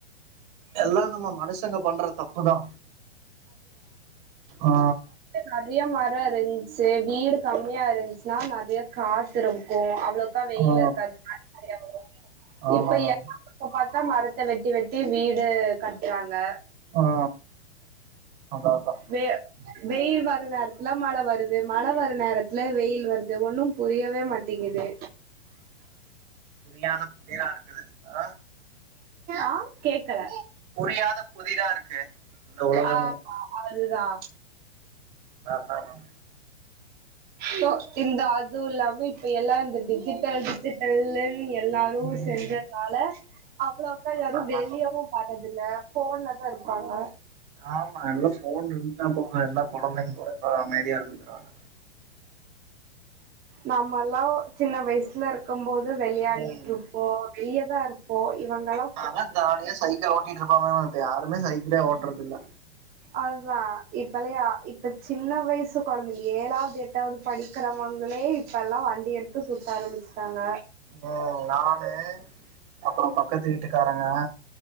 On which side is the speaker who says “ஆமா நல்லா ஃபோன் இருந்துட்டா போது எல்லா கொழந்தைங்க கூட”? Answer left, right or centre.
Right